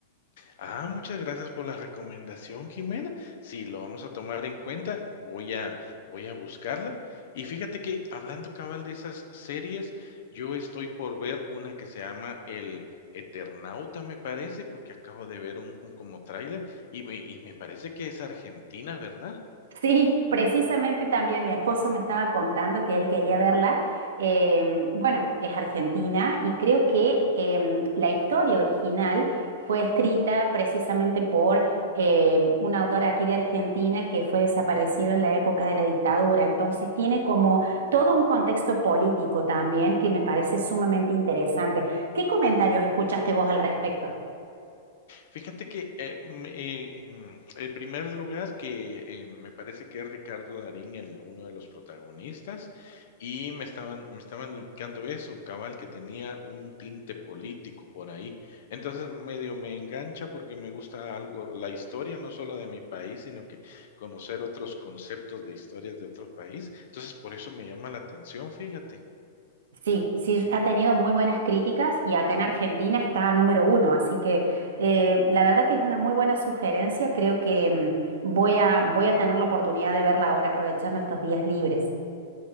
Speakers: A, on the left; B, on the right.
A: Ah, muchas gracias por la recomendación, Jimena. Sí, lo vamos a tomar en cuenta. Voy a, voy a buscarla. Y fíjate que hablando cabal de esas series, yo estoy por ver una que se llama El Eternauta, me parece, porque acabo de ver un, un como tráiler y, me- y me parece que es Argentina, ¿verdad?
B: Sí, precisamente también mi esposo me estaba contando que él quería verla. Em, bueno, es argentina y creo que em, la historia original fue escrita precisamente por em, un autor aquí de Argentina que fue desaparecido en la época de la dictadura. Entonces tiene como todo un contexto político también que me parece sumamente interesante. ¿Qué comentarios escuchaste vos al respecto?
A: Fíjate que, eh, me eh, em, en primer lugar, que, eh, me parece que es Ricardo Darín el uno de los protagonistas, y me estaban me estaban indicando eso, cabal, que tenía un tinte político por ahí. Entonces, medio me engancha porque me gusta algo la historia, no solo de mi país, sino que conocer otros conceptos de historias de otro país. Entonces, por eso me llama la atención, fíjate.
B: Sí, sí, ha tenido muy buenas críticas y acá en Argentina está número uno, así que eh, la verdad que es una muy buena sugerencia, creo que mm, voy a, voy a tener la oportunidad de verla ahora aprovechando estos días libres.